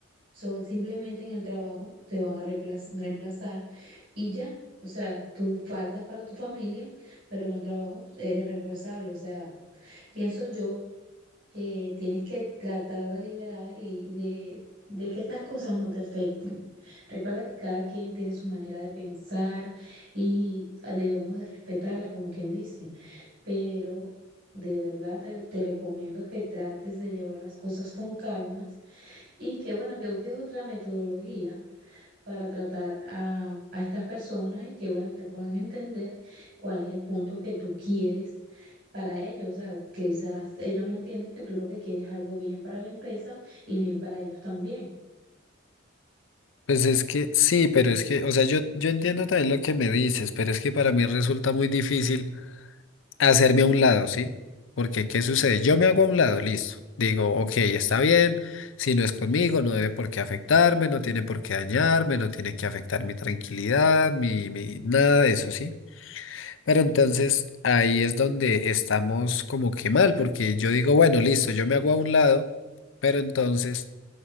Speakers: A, on the right; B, on the left.
A: so- simplemente en el trabajo te van a reemplaz- reemplazar y ya. O sea, tú faltas para tu familia, pero en el trabajo eres reemplazable. O sea, pienso yo que tienes que tratar de liberar y y de, de que estas cosas no te afecten. Recuerda que cada quien tiene su manera de pensar y debemos de respetarla, como quien dice, pero de verdad te, te recomiendo que trates de llevar las cosas con calmas y que, bueno, que busques otra metodología. para tratar a, a estas personas y que, bueno, te puedan entender cuál es el punto que tú quieres para ellos. O sea, quizás ellos no entienden que tú lo que quieres es algo bien para la empresa y bien para ellos también.
B: Pues es que sí, pero es que, o sea, yo, yo entiendo también lo que me dices, pero es que para mí resulta muy difícil hacerme a un lado, ¿sí? Porque, ¿qué sucede? Yo me hago a un lado, listo. Digo, ok, está bien, si no es conmigo, no debe por qué afectarme, no tiene por qué dañarme, no tiene que afectar mi tranquilidad, mi, mi, nada de eso, ¿sí? Pero entonces ahí es donde estamos como que mal, porque yo digo, bueno, listo, yo me hago a un lado, pero entonces